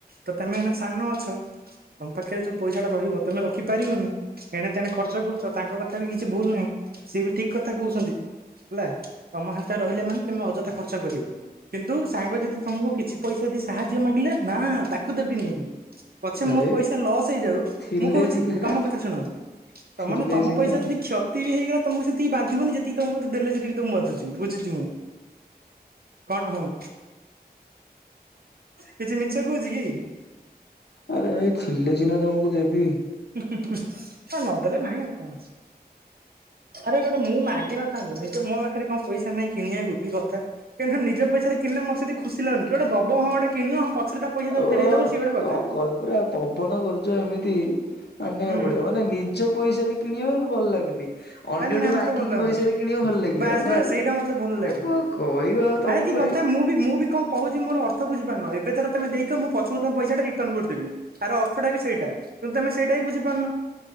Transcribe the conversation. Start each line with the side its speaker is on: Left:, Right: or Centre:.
Right: ତ ତମେ ଏ ସାନ ଅଛ ତମ ପାଖରେ ଯୋଉ ପଇସା ଟା ରହିବ ତମେ ରଖିପାରିବନି ଏଣେ ତେଣେ ଖର୍ଚ୍ଚ କରୁଛ ତାଙ୍କ କଥା ବି କିଛି ଭୁଲ ନାହିଁ। ସିଏ ବି ଠିକ କଥା କହୁଛନ୍ତି ହେଲା ତମ ହାତରେ ରହିଲେ ମାନେ ତମେ ଅଯଥା ଖର୍ଚ୍ଚ କରିବ। କିନ୍ତୁ ସାଙ୍ଗ ଯଦି ତମକୁ କିଛି ପଇସା ଦେଇ ସାହାଯ୍ୟ ମାଗିଲେ ନା ତାକୁ ଦେବିନି ପଛେ
Left: ଆରେ
Right: ମୋ ପଇସା ଲସ୍ ହେଇଯାଉ
Left: ଥିଲେ
Right: ମୁଁ କହୁଛି
Left: ସିନା
Right: ତମେ ମୋ କଥା ଶୁଣ ତ
Left: ଥିଲେ
Right: ମାନେ ତମ
Left: ସିନା
Right: ପଇସା ଯଦି କ୍ଷ ତି ହେଇଗଲା ତମକୁ ସେତିକି ବାଧିବନି ଯେତିକି ତମେ ମତେ ଦେଲେ ସେତିକି ତମକୁ ବାଧୁଛି ବୁଝୁଛି ମୁଁ। କଣ ହଉ? କିଛି ମିଛ କହୁଛି କି?
Left: ଆରେ ଭାଇ ଥିଲେ ସିନା ତମକୁ ଦେବି।
Right: ହ ନଦେଲେ ନାହିଁ ଆଉ କଣ ଅଛି। ଆରେ ଗୋଟେ ମୁଁ ମାଗିନଥାନ୍ତି ନିଜ ମୋ ପାଖରେ କଣ ପଇସା ନାହିଁ କିଣିବାକୁ କି କଥା କିନ୍ତୁ ନିଜ ପଇସାରେ କିଣିଲେ ମତେ ସେତିକି ଖୁସି ଲାଗୁିନି କିଏ ଗୋଟେ ଦବ ହଁ ଗୋଟେ କିଣିବ ହଁ ପଛରେ ତା ପଇସା ତାକୁ
Left: ଓଃ
Right: ଫେରେଇ ଦବ ସିଏ ଗୋଟେ କଥା।
Left: କଣ କହିବ ପୁରା ପବନ କରୁଛ ଏମିତି? ମାନିବାକୁ
Right: ହୁଁ
Left: ପଡ଼ିବ ମାନେ ନିଜ ପଇସାରେ କିଣିବାକୁ ଭଲ ଲାଗୁନି। ଅନ୍ୟଠୁ
Right: ଆରେ ନା
Left: ମାଗିକି
Right: ମତେ ଭଲ ଲାଗୁନି
Left: ପଇସାରେ କିଣିବା ଭଲ ଲାଗିବ
Right: ବାସ୍
Left: ମାନେ
Right: ବାସ୍ ସେଇଟା ମତେ ଭଲ
Left: ମାନେ
Right: ଲାଗେ।
Left: କଣ କହିବ ଆଉ ତମକୁ।
Right: ଆରେ କି କଥା ମୁଁ ବି ମୁଁ ବି କଣ କହୁଛି ମୋର ଅର୍ଥ ବୁଝିପାରୁନ ଏବେ ଥରେ ତମେ ଦେଇଥିବ ମୁଁ ପଛକୁ ତମ ପଇସା ଟା ରିଟର୍ନ କରିଦେବି ତାର ଅର୍ଥଟା ବି ସେଇଟା। କିନ୍ତୁ ତମେ ସେଇଟା ହିଁ ବୁଝିପାରୁନ।